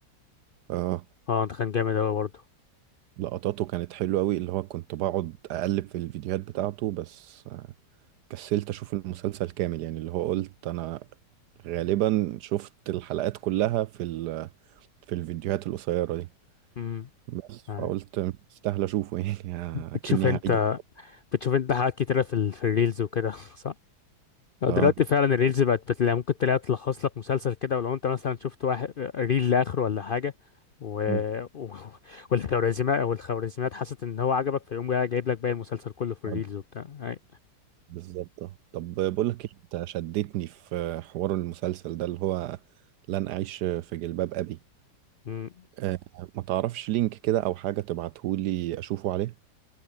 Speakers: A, on the right; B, on the left.
A: اه
B: اه ده كان جامد اوي برضه
A: لقطاته كانت حلوة قوي اللي هو كنت بقعد اقلب في الفيديوهات بتاعته بس آه، كسلت اشوف المسلسل كامل يعني اللي هو قلت انا غالبا شفت الحلقات كلها في ال... في الفيديوهات القصيرة دي
B: امم
A: بس
B: آه.
A: فقلت استاهل اشوفه يعني
B: بتشوف
A: اكني
B: انت
A: هعيد
B: بتشوف انت حاجات كتيره في ال... في الريلز وكده <laughs> صح آه،
A: اه
B: دلوقتي فعلا الريلز بقت بتلاقي ممكن تلاقي تلخص لك مسلسل كده ولو انت مثلا شفت واحد ريل لاخره ولا حاجه و...
A: مم.
B: و... والخوارزميات والخوارزميات حست ان هو عجبك فيقوم جاي جايب لك باقي المسلسل كله في الريلز
A: آه،
B: وبتاع اي
A: بالظبط آه. طب بقول لك إيه، انت شدتني في حوار المسلسل ده اللي هو لن اعيش في جلباب ابي
B: اي
A: آه، ما تعرفش لينك كده او حاجة تبعتهولي اشوفه عليه